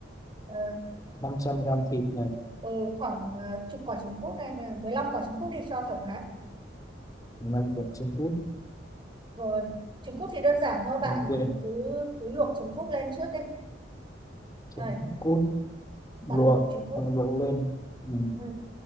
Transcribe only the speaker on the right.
ờ,
ừ, khoảng ờ, chục quả trứng cút hay là 15 quả trứng cút đi cho thoải mái
rồi trứng cút thì đơn giản thôi bạn
cứ cứ luộc trứng cút lên trước đi
Đây,
bạn luộc trứng cút
ừ.